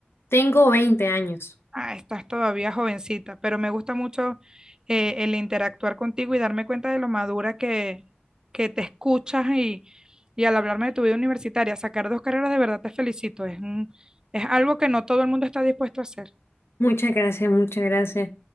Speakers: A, on the left; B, on the right.
A: tengo veinte años.
B: ah, estás todavía jovencita, pero me gusta mucho eh, el interactuar contigo y darme cuenta de lo madura que, que te escuchas y, y al hablarme de tu vida universitaria, sacar dos carreras de verdad te felicito. Es un- es algo que no todo el mundo está dispuesto a hacer.
A: Muchas gracias, muchas gracias.